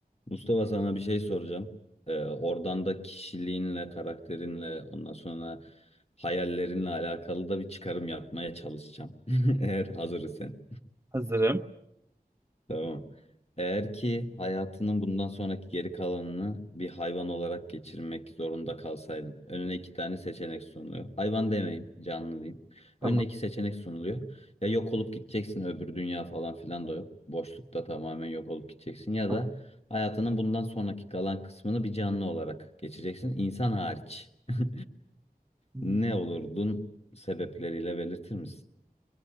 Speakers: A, on the left (about 40°); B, on the right (about 15°).
A: Mustafa sana bir şey soracağım. Ee, oradan da kişiliğinle, karakterinle, ondan sonra hayallerinle alakalı da bir çıkarım yapmaya çalışacağım. <laughs> Eğer hazır isen.
B: Hazırım.
A: Tamam. Eğer ki hayatının bundan sonraki geri kalanını bir hayvan olarak geçirmek zorunda kalsaydın, önüne iki tane seçenek sunuluyor. Hayvan demeyeyim, canlı diyeyim.
B: Tamam.
A: Önüne iki seçenek sunuluyor. Ya yok olup gideceksin, öbür dünya falan filan da yok. Boşlukta tamamen yok olup gideceksin. Ya
B: tamam.
A: da hayatının bundan sonraki kalan kısmını bir canlı olarak geçeceksin, insan hariç. <laughs>
B: Hmm,
A: Ne olurdun sebepleriyle belirtir misin?